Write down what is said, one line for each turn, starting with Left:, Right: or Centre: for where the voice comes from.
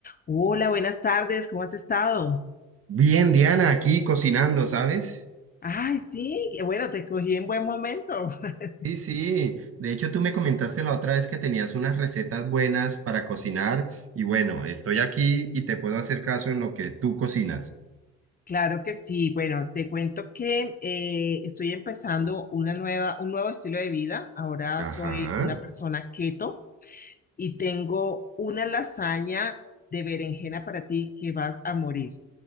Left: Hola, buenas tardes, ¿cómo has estado?
Right: Bien, Diana, aquí cocinando, ¿sabes?
Left: Ay, sí, qué bueno, te cogí en buen momento. <laughs>
Right: Sí, sí. De hecho, tú me comentaste la otra vez que tenías unas recetas buenas para cocinar y bueno, estoy aquí y te puedo hacer caso en lo que tú cocinas.
Left: Claro que sí. Bueno, te cuento que eh, estoy empezando una nueva, un nuevo estilo de vida. Ahora soy
Right: Ajá.
Left: una persona keto y tengo una lasaña de berenjena para ti que vas a morir.